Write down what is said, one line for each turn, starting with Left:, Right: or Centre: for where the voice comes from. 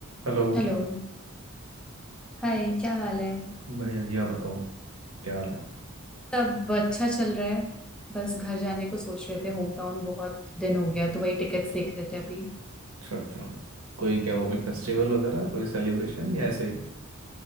Right: Hello
Centre: Hello Hi क्या हाल है
Right: बढ़िया जी आप बताओ क्या हाल है
Centre: सब अच्छा चल रहा है बस घर जाने को सोच रहे थे होम टाउन बहुत दिन हो गया तो वही टिकट्स देख रहे थे अभी
Right: अच्छा अच्छा कोई क्या वो कोई फेस्टिवल वगैरह कोई सेलिब्रेशन या ऐसे ही